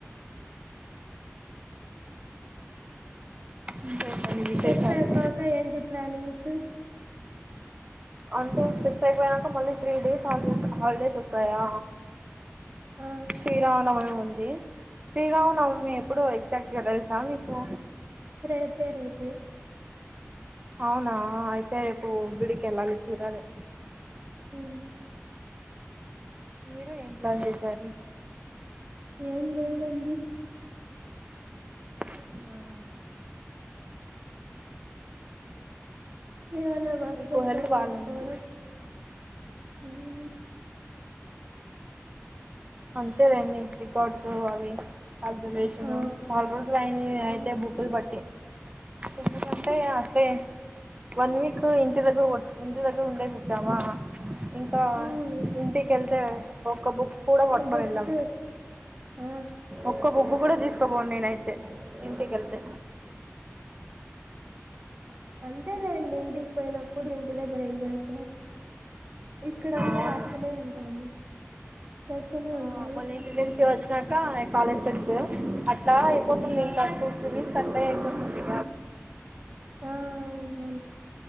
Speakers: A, on the right; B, on the right.
A: ఇంకేంటండి విశేషాలు
B: ఫెస్ట్ అయిపోయాక ఏంటి ప్లానింగ్స్
A: అంటే ఫెస్ట్ అయిపోయినాక మళ్ళీ త్రీ డేస్ హాలిడేస్ హాలిడేస్సోస్తాయా
B: ఆ
A: శ్రీరామనవమి ఉంది. శ్రీరామనవమి
B: ఆ
A: ఎప్పుడో ఎగ్ కరెక్ట్ గా తెలుసా మీకు
B: రేపే రేపే.
A: అవునా అయితే రేపు గుడికేళ్ళాలి. చూడాలి.
B: మ్.
A: మీరు ఏం ప్లాన్ చేశారు.
B: ఏం లేదండి.
A: ఆ
B: ఏవన్నా వర్క్స్
A: మీకు
B: ఉంటే
A: హెల్త్
B: చేసుకోవడం.
A: బాలేదా
B: మ్.
A: అంతే లేండి. రికార్డ్స్ అవి ఆబ్జెర్వేషను.
B: ఆ
A: చాల రోజులైంది
B: మ్మ్
A: అయితే బుక్కులు పట్టి ఎందుకంటే అట్లే వన్ వీక్ ఇంటి దగ్గ్ ఇంటి దగ్గరుండేసి వచ్చామా ఇంకా
B: మ్మ్
A: ఇంటికెళ్తే ఒక్క బుక్ కూడా పొట్టం
B: బుక్స్
A: ఎల్లం
B: ఆ
A: ఒక్క ఇవు కూడా తీసుకోపోను నేన అయితే ఇంటికి వెళ్తే
B: అంతేలేండి ఇంటికి పోయినప్పుడు ఇంటి దగ్గర ఎంజాయ్ చేయాలి ఇక్కడంతర
A: అవును
B: అస్తనే ఉంటాము చేస్తూనే
A: ఆ
B: ఉంటాము
A: మళ్ళీ ఇంటి నుంచి వచ్చినాక కాలేజ్ ఫెస్ట్ అట్లా అయిపోతుంది
B: ఆ
A: ఇంకా అ టూ త్రీ వస్ అట్లా అయిపోతుంది ఇ
B: ఆ అవును అవును